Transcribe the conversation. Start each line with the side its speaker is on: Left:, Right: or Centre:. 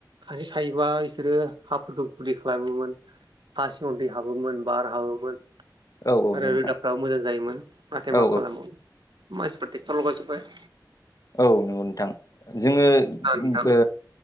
Right: खान्स्रि सायोबा बिसोरो हाफोरखौ गुदै खालामोमोन हासिङाव दै हाबोमोन बार हाबोमोन
Left: औ औ नंगौ
Right: आरो
Left: नोंथां
Right: रोदाफ्राबो मोजां जायोमोन नाथाय
Left: औ
Right: मा खालामबावनो मासफ्रा टेकतर लगायजोबबाय
Left: औ नंगौ नोंथां जोङो
Right: ना नोंथां
Left: ओ